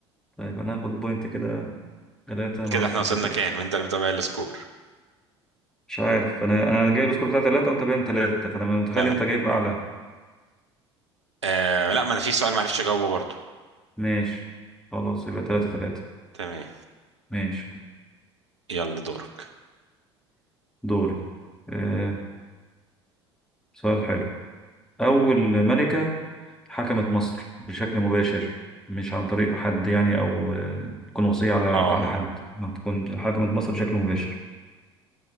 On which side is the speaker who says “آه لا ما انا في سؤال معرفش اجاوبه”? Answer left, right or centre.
Right